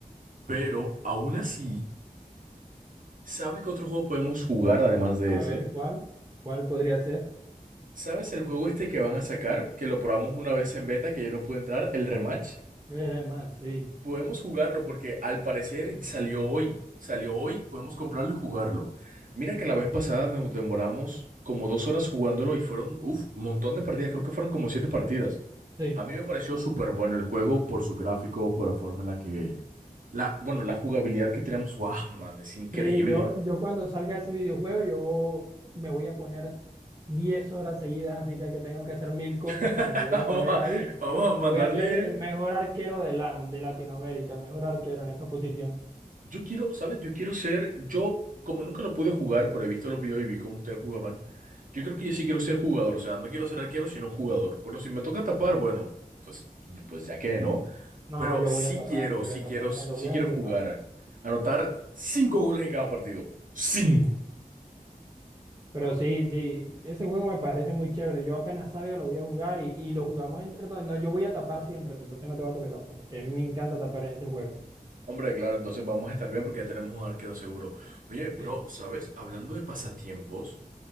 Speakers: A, on the right; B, on the right.
A: pero, aún así, ¿sabes qué otro juego podemos jugar además de
B: A
A: ese?
B: ver, ¿cuál? ¿Cuál podría ser?
A: ¿Sabes el juego este que van a sacar? Que lo probamos una vez en beta, que yo no pude entrar, el Rematch.
B: El rematch, sí,
A: Podemos jugarlo porque al parecer salió hoy. Salió hoy, podemos comprarlo y jugarlo. Mira que la vez pasada nos demoramos como dos horas jugándolo y fueron, uff, un montón de partidas. Creo que fueron como siete partidas.
B: sí.
A: A mí me pareció súper bueno el juego por su gráfico, por la forma en la que... La, bueno, la jugabilidad que tenemos, wow, man, es increíble.
B: Sí, yo, yo cuando salga ese videojuego, yo me voy a poner 10 horas seguidas, así sea que tengo que hacer mil cosas,
A: <laughs>
B: pero me voy
A: Vamos
B: a poner
A: a,
B: ahí
A: vamos a mandarle.
B: y voy a ser el mejor arquero de LAN, de Latinoamérica, el mejor arquero en esa posición.
A: Yo quiero, ¿sabes? Yo quiero ser, yo como nunca lo pude jugar, pero he visto los videos y vi cómo ustedes jugaban, yo creo que yo sí quiero ser jugador, o sea, no quiero ser arquero, sino jugador. Bueno, si me toca tapar, bueno, pues, pues ya que no,
B: No,
A: pero
B: yo
A: sí
B: voy a tapar,
A: quiero,
B: yo voy
A: sí
B: a tapar.
A: quiero, sí
B: Cuando juguemos,
A: quiero jugar,
B: yo tapo.
A: anotar cinco goles en cada partido. Cinco.
B: Pero sí, sí, ese juego me parece muy chévere. Yo apenas salga lo voy a jugar y, y lo jugamos entre todos. No, yo voy a tapar siempre, entonces no te va a tocar tapar, porque a mí me encanta tapar en ese juego.
A: Hombre, claro, entonces vamos a estar bien porque ya tenemos un arquero seguro. Oye, bro,
B: Sí.
A: ¿sabes? Hablando de pasatiempos,